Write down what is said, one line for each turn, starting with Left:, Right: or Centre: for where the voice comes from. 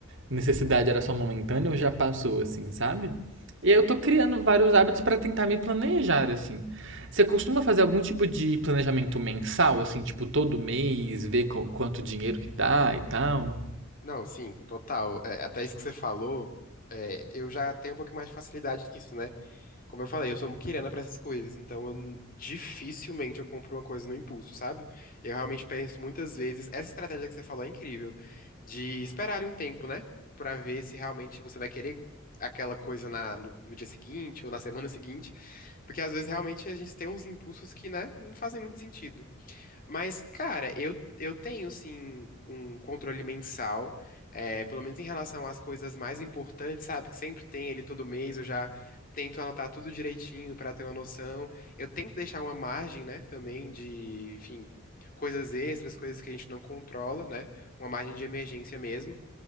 Right: necessidade era só momentânea ou já passou, assim, sabe? E aí eu tô criando vários hábitos pra tentar me planejar, assim. Você costuma fazer algum tipo de planejamento mensal, assim, tipo todo mês, ver qu- quanto dinheiro que dá e tal?
Left: Não, sim, total. É, até isso que você falou, é, eu já tenho um pouco mais de facilidade nisso, né? Como eu falei, eu sou muquirana pra essas coisas, então eu n- dificilmente eu compro uma coisa no impulso, sabe? Eu realmente penso muitas vezes, essa estratégia que você falou é incrível, de esperar ali um tempo, né? Pra ver se realmente você vai querer aquela coisa na, no, no dia seguinte ou na semana <laughs> seguinte, porque às vezes realmente a gente tem uns impulsos que, né, não fazem muito sentido. Mas, cara, eu, eu tenho sim um controle mensal, é, pelo menos em relação às coisas mais importantes, sabe? Que sempre tem ele todo mês, eu já tento anotar tudo direitinho pra ter uma noção. Eu tento deixar uma margem, né, também de, enfim, coisas extras, coisas que a gente não controla, né? Uma margem de emergência mesmo.